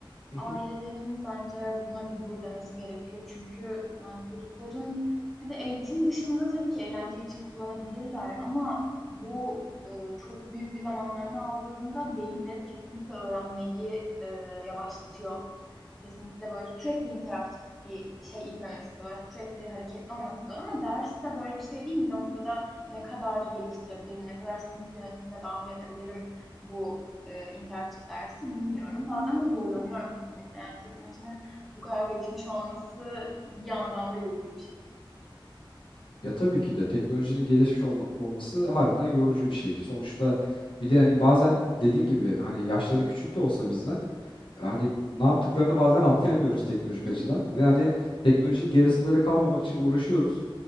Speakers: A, in the centre; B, on the left (about 70°).
A: ailelerin
B: <laughs>
A: bence buna bir dur demesi gerekiyor. Çünkü yani çocukların bir de eğitim dışında tabii ki eğlence için kullanabilirler ama bu e, çok büyük bir zamanlarını aldığında beyinleri kesinlikle öğrenmeyi e, yavaşlatıyor. Kesinlikle böyle sürekli interaktif bir şey izlemek istiyorlar. Sürekli hareketli olmak istiyorlar ama ders de böyle bir şey değil. Bir noktada ne kadar geliştirebilirim, ne kadar sınıf yönetimine dahil edebilirim bu e, interaktif dersi bilmiyorum. Bazen de zorlanıyorum kesinlikle. Yani teknolojinin bu kadar gelişmiş olması bir yandan da yorucu bir şey.
B: Ya tabii ki de teknolojinin gelişmiş olma- olması harbiden yorucu bir şey. Sonuçta bir de hani bazen dediğin gibi hani yaşları küçük de olsa bizden e, hani ne yaptıklarını bazen <laughs> anlayamıyoruz teknolojik
A: <laughs>
B: açıdan ve hani teknolojinin gerisinde de kalmamak için uğraşıyoruz.